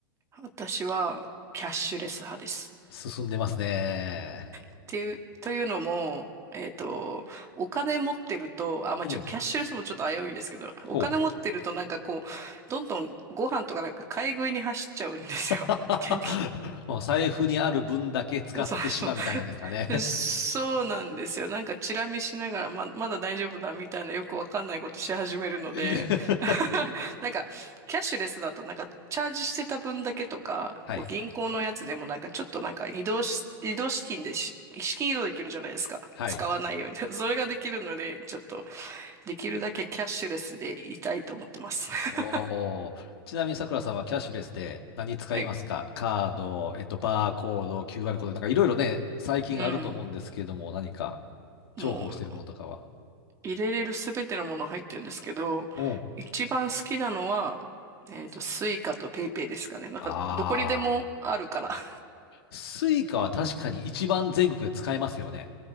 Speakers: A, on the right (about 25°); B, on the left (about 80°).
A: 私はキャッシュレス派です。
B: 進んでますね。
A: っていう、というのも、えっと、お金持ってると、あ、まあ、
B: うん。
A: ちょ、キャッシュレスもちょっと危ういんですけど、お金持ってるとなんかこう、
B: ほう。
A: どんどんご飯とかなんか買い食いに走っちゃうんですよ。
B: <laughs>
A: <laughs> 現
B: もう財布にある分だけ使ってしまうみたいなんですかね。
A: <laughs> そうそう。<laughs> そうなんですよ。なんかチラ見しながらま、まだ大丈夫だみたいなよくわかんないことし始めるので、
B: <laughs> いえ
A: <laughs> なんかキャッシュレスだとなんかチャージしてた分だけとか、
B: はい。
A: こう銀行のやつでもなんかちょっとなんか移動し、移動資金でし、資金移動できるじゃないですか。
B: はい。
A: 使わないように。<laughs> それができるので、ちょっとできるだけキャッシュレスでいたいと思ってます。<laughs>
B: おー。ちなみにさくらさんはキャッシュレスで何使いますかカード、
A: はい。
B: えっと、バーコード、QR コード、なんかいろいろね、最近あると思うんですけども、
A: うん。
B: 何か重宝してるものとかは。
A: もう入れれるすべてのもの入ってるんですけど、
B: うん。
A: 一番好きなのは、えっと、スイカとペイペイですかね。なんか、
B: ああ。
A: どこにでもあるから。<laughs>
B: スイカは確かに一番全国で使えますよね。